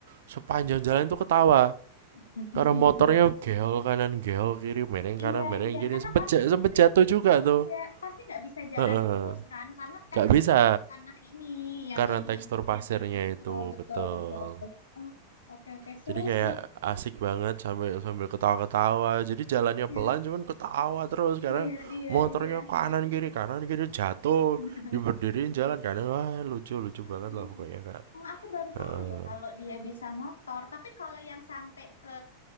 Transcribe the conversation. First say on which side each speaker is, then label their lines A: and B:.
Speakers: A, on the right; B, on the left.
A: sepanjang jalan tuh ketawa
B: <laughs>
A: Karena motornya geol kanan geol kiri mereng kanan
B: Iya
A: mereng
B: iya
A: kiri
B: karena
A: sempet
B: pasti
A: ja- sempet jatuh juga tuh.
B: ya pasti nggak bisa jalan
A: Heeh.
B: lurus kan karena teks
A: Gak bisa
B: di tanah ini yang
A: karena
B: emang
A: tekstur pasirnya itu
B: Betul, betul,
A: betul.
B: betul. Oh, oke, oke. Seru
A: Jadi kayak
B: sih.
A: asik banget sambil sambil ketawa-ketawa. Jadi jalannya
B: Ya.
A: pelan cuman ketawa terus karena
B: Iya, iya,
A: motornya
B: iya.
A: kanan kiri kanan kiri jatuh
B: <laughs>
A: diberdiriin jalan kanan wah lucu lucu
B: mm
A: banget lah pokoknya kak.
B: Oh, aku baru tahu
A: Heeh.
B: loh kalau dia bisa motor. Tapi kalau yang sampai ke